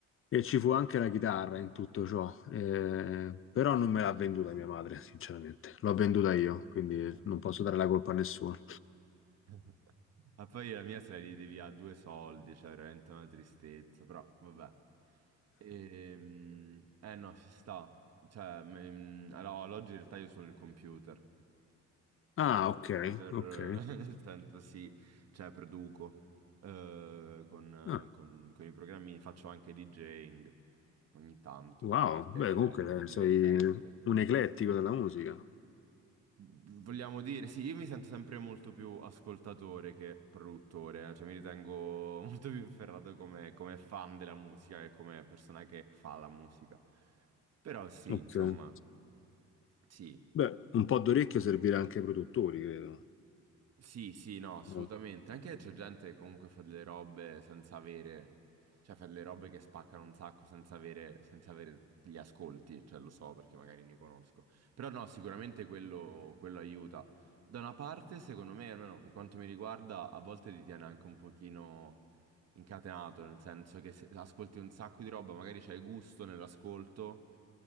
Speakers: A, on the left; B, on the right.
A: E ci fu anche la chitarra in tutto ciò. Eh, però non me l'ha venduta mia madre, sinceramente. L'ho venduta io, quindi
B: Eh.
A: non posso dare la colpa a nessuno.
B: <laughs> Ma poi la mia se la ride via a due soldi, cioè veramente una tristezza, però vabbè. Ehm, eh no, ci sta. Cioè, mm, ehm, allora, ad oggi in realtà io sono il computer. Sono
A: Ah,
B: il computer,
A: ok, ok.
B: <laughs> nel senso sì, cioè produco eh, con,
A: Ah,
B: con- con i programmi, faccio anche DJing ogni tanto,
A: wow,
B: che
A: beh,
B: è, diver-
A: comunque
B: è divertente.
A: eh, sei un eclettico della musica.
B: Vogliamo dire, sì, io mi sento sempre molto più ascoltatore che produttore, eh, Cioè mi ritengo <laughs> molto più ferrato come, come fan della musica che come persona che fa la musica. Però sì,
A: Ok.
B: insomma, sì.
A: Beh, un po' d'orecchio servirà anche ai produttori, credo.
B: Sì, sì, no, assolutamente.
A: No.
B: Anche c'è gente che comunque fa delle robe senza avere, cioè fa delle robe che spaccano un sacco senza avere, senza avere gli ascolti, cioè lo so perché magari ne conosco. Però no, sicuramente quello, quello aiuta. Da una parte, secondo me, almeno per quanto mi riguarda, a volte ti tiene anche un pochino incatenato, nel senso che se ascolti un sacco di roba, magari c'hai gusto nell'ascolto,